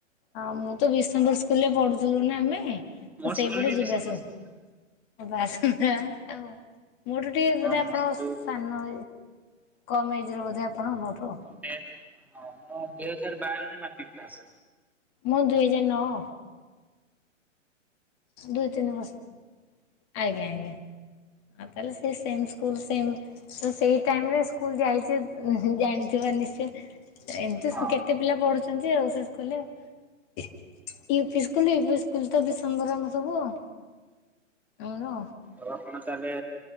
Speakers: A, on the left; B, in the centre.
A: ହଁ ମୁଁ ତ ବିଷ୍ଣପୁର ସ୍କୁଲରେ ପଢୁଥିଲୁ ନା ଆମେ
B: ମୋ
A: ତ ସେଇପଟେ
B: ସ୍କୁଲ ବି
A: ଯିବା
B: ବିଷମ
A: ଆସିବା
B: ସ୍କୁଲ।
A: ବାସ ଆଉ ମୋ ଠୁ ଟିକେ ବୋଧେ
B: ମୋ
A: ଆପଣ
B: ସ୍କୁଲ
A: ସାନ କମ ଏଜର ବୋଧେ ଆପଣ ମୋଠୁ।
B: <unintelligible> ଦୁଇ ହଜାର ବାର ରେ ମାଟ୍ରିକ୍ ପାସ୍।
A: ମୁଁ ଦୁଇ ହଜାର ନଅ। ଦୁଇ ତିନି ବର୍ଷ ଆଜ୍ଞା ଆଜ୍ଞା। ଆଉ ତାହେଲେ ସେ ସେମ୍ ସ୍କୁଲ୍ ସେମ୍ ତ ସେଇ ଟାଇମ୍ ରେ ସ୍କୁଲ୍ ଯାଇଛେ ଉ ଜାଣିଥିବ ନିଶ୍ଚୟ ଏମତି
B: ହଁ।
A: କେତେ ପିଲା ପଢୁଛନ୍ତିି ଆଉ ସେ ସ୍କୁଲ ରେ। U P school U P school ତ ବି ସଙ୍ଗରାମ ସବୁ ଆଉ ଆମର ଆଉ।
B: ଆଉ ଆପଣ ତାହେଲେ